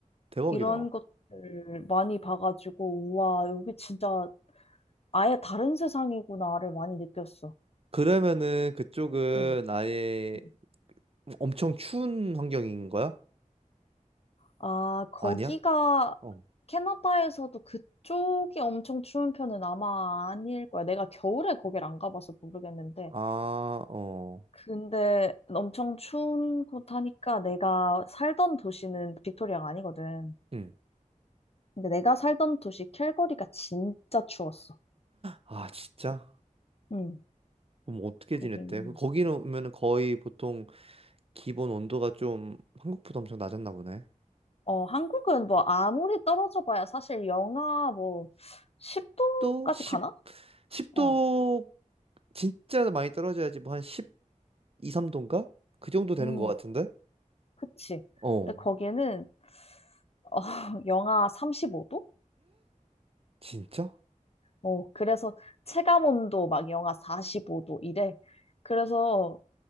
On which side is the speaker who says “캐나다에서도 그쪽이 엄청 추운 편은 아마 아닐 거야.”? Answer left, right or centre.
Left